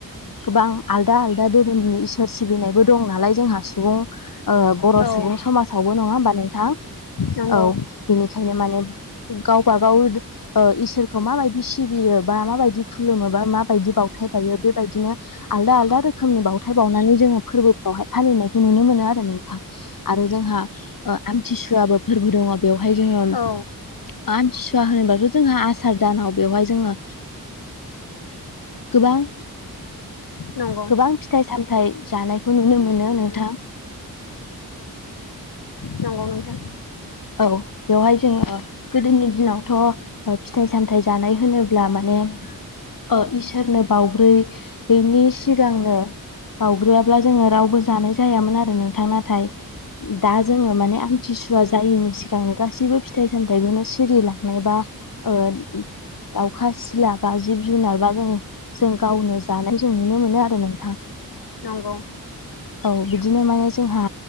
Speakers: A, on the left; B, on the left.
A: गोबां आलदा- आलदा धोरोमनि इसोर सिबिनायबो दं नालाय जोंहा सुबुं ओ बर'
B: औ
A: सुबुं समाजावबो नङा होमबा नोंथां?
B: नंगौ
A: औ बेनिखायनो माने गावबा- गाव ओ इसोरखौ माबायदि सिबियो बा माबायदि खुलुमो बा माबायदि बावथाय बायो बेबायदिनो आलदा- आलदा रोखोमनि बावथाय बावनानै जोङो फोरबोफ्रावहाय फालिनायखौ नुनो मोनो आरो नों आरो जोंहा ओ आमथिसुवाबो फोरबो दङ बेवहाय जोङो
B: औ
A: आमथिसुवा होनोबाथ' जोंहा आसार दानाव बेवहाय जोङो गोबां
B: नंगौ
A: गोबां फिथाइ- सामथाइ जानायखौ नुनो मोनो नोंथां।
B: नंगौ नोंथां।
A: औ बेवहाय जोंङो गोदोनि दिनावथ' फिथाइ- सामथाइ जानाय होनोब्ला माने ओ इसोरनो बावग्रोयैनि सिगांनो बावग्रोआब्ला जोंङो रावबो जानाय जायामोन आरो नोंथां नाथाय दा जोंङो माने <unintelligible> आथिसुवा जायैनि सिगांनो गासैबो फिथाइ सामथायखौनो सिरिलांनाय बा ओ दाउखा, सिला बा जिब -जुनार बा जोंङो जों गावनो जानायखौ जों नुनो मोनो आरो नोंथां।
B: नंगौ।
A: औ बिदिनो माने जोंहा